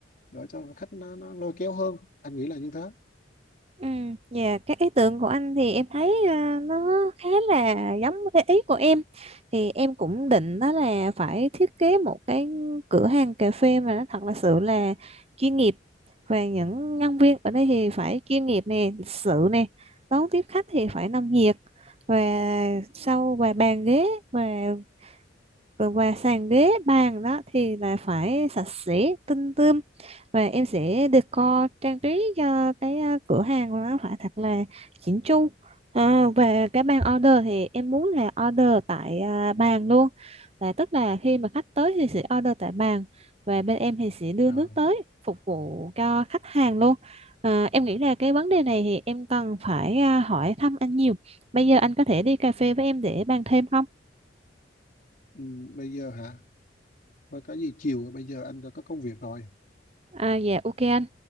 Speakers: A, on the left; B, on the right.
A: để cho khách nó, nó lôi kéo hơn anh nghĩ là như thế
B: Ừ, dạ cái ý tưởng của anh thì em thấy à, nó khá là giống cái ý của em thì em cũng định đó là phải thiết kế một cái cửa hàng cà phê mà nó thật là sự là chuyên nghiệp và những nhân viên ở đây thì phải chuyên nghiệp nè lịch sự nè đón tiếp khách thì phải nồng nhiệt và sau và bàn ghế và còn về sàn ghế bàn đó thì là phải sạch sẽ tinh tươm và em sẽ decor trang trí cho cái ờ, cửa hàng nó phải thật là chỉnh chu à, về cái bàn order thì em muốn là order tại ờ, bàn luôn là tức là khi mà khách tới thì sẽ order tại bàn và bên em thì sẽ đưa
A: Ờ.
B: nước tới phục vụ cho khách hàng luôn à, em nghĩ là cái vấn đề này thì em cần phải ờ, hỏi thăm anh nhiều bây giờ anh có thể đi cà phê với em để bàn thêm không?
A: ừ, bây giờ hả thôi có gì chiều bây giờ anh có có công việc rồi
B: À, dạ ok anh.